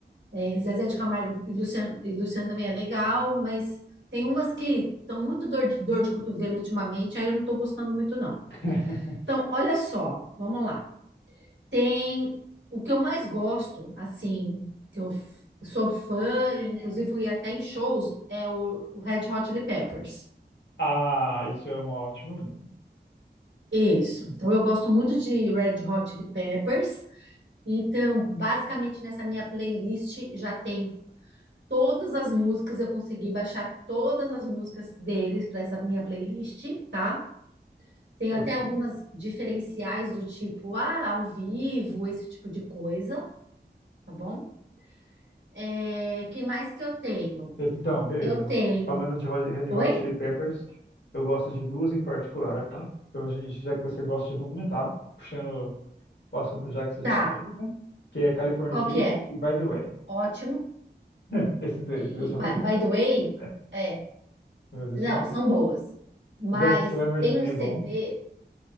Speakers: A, on the right; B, on the left.
A: É, Zezé de Camargo e Luciano, e Luciano também é legal, mas tem umas que estão muito dor de, dor de cotovelo ultimamente, aí eu não estou gostando muito, não.
B: <laughs>
A: Então, olha só, vamos lá. Tem o que eu mais gosto, assim, que eu f- sou fã, e inclusive fui até em shows, é o, o Red Hot Chili Peppers.
B: Ah, isso é uma ótima banda.
A: Isso. Então eu gosto muito de Red Hot Chili Peppers. Então, basicamente nessa minha playlist já tem todas as músicas, eu consegui baixar todas as músicas deles para essa minha playlist, tá? Tem
B: Ok.
A: até algumas diferenciais do tipo, ah, ao vivo, esse tipo de coisa, tá bom? É, que mais que eu tenho?
B: Então, beleza.
A: Eu tenho.
B: Falando de Hot- Red
A: Oi?
B: Hot Chili Peppers, eu gosto de duas em particular, tá? Então, a gente- já que você gosta, já vou comentar, puxando o assunto já que você
A: Tá.
B: já tá nele, né? Que é Californication
A: Qual que é?
B: e By The Way.
A: Ótimo.
B: <laughs> Esses dois,
A: E,
B: meus
A: e
B: favoritos.
A: by by the way,
B: É,
A: é.
B: meus dois
A: Não,
B: favoritos.
A: são boas. Mas
B: Black Summer
A: tem
B: também
A: um CD.
B: é bom.